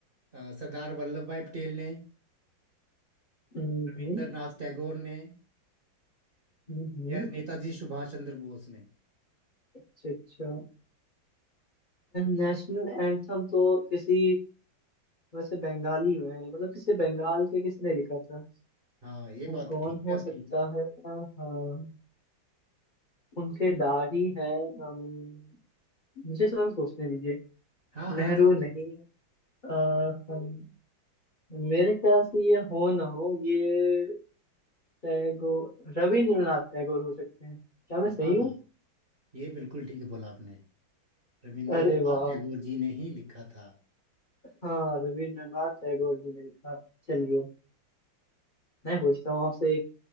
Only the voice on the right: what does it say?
अ, सरदार वल्लभ भाई पटेल ने
रविंद्रनाथ नाथ टैगोर ने
या नेताजी सुभाष चंद्र बोस ने
हाँ ये
बात
तो ठीक
है आपकी
हाँ हाँ
सोच
हाँ
ये बिल्कुल ठीक बोला आपने रविंद्रनाथ
टैगोर जी ने ही लिखा था